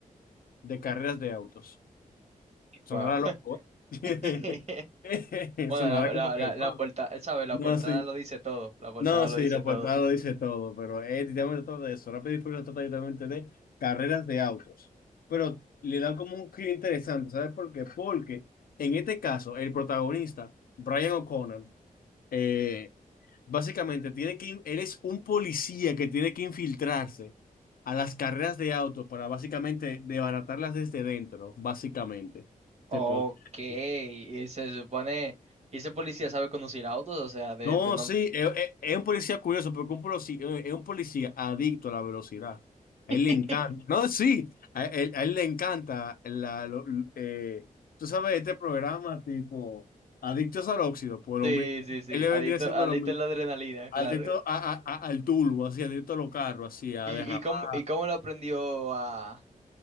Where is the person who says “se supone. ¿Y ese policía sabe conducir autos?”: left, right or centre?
Right